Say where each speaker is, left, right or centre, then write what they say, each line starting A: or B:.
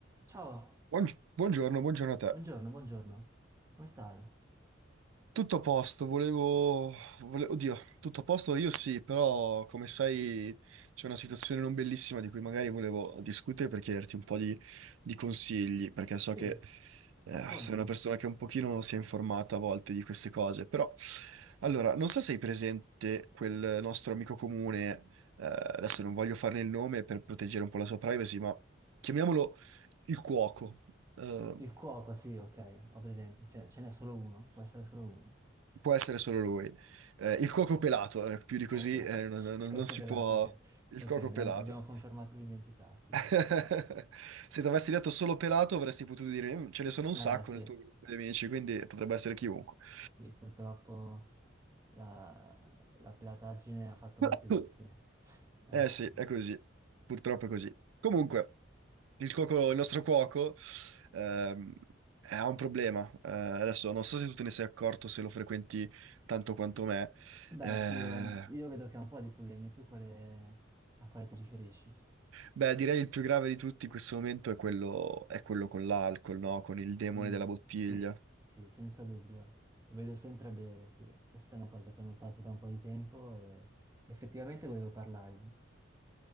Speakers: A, on the right; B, on the right.
A: Ciao,
B: Buong- Buongiorno, buongiorno a te.
A: buongiorno, buongiorno. Come stai?
B: Tutto a posto, volevo... vole- Oddio, tutto a posto io sì, però come sai c'è una situazione non bellissima di cui magari volevo discutere per chiederti un po' di, di consigli, perché so
A: Sì,
B: che eh,
A: raccontami.
B: sei una persona che un pochino si è informata a volte di queste cose, però... Allora, non so se hai presente quel nostro amico comune, eh, adesso non voglio farne il nome per proteggere un po' la sua privacy, ma chiamiamolo il cuoco. Eh,
A: Il cuoco, sì, ok, ho presente. Cioè, ce n'è solo uno? Può essere solo uno?
B: Può essere solo lui. Eh, il cuoco pelato, eh, più di così
A: <laughs>
B: eh,
A: Il
B: non, non-
A: cuoco
B: non si
A: pelato,
B: può...
A: ok.
B: Il
A: Ok,
B: cuoco
A: abbiamo,
B: pelato.
A: abbiamo confermato l'identità, sì.
B: <laughs> Se ti avessi detto solo pelato avresti potuto dire, "Mm, ce ne sono un
A: Eh,
B: sacco
A: sì,
B: nel tuo gruppo di amici, quindi potrebbe essere chiunque. <coughs>
A: sì, purtroppo la, la pelataggine ha fatto
B: <laughs>
A: molte vittime. <laughs>
B: Eh sì, è così. Purtroppo è così. Comunque, il cuoco- il nostro cuoco ehm, eh, ha un problema. Eh, adesso non so se tu te ne sei accorto, se lo frequenti tanto quanto me.
A: Beh,
B: Eh,
A: sì, io, io vedo che ha un po' di problemi. Tu quale- a quale ti riferisci?
B: Beh, direi il più grave di tutti in questo momento è quello, è quello con l'alcol, no? Con il demone
A: Mm,
B: della bottiglia.
A: sì, sì, senza dubbio. Lo vedo sempre a bere, sì. Questa è una cosa che ho notato da un po' di tempo e effettivamente volevo parlargli.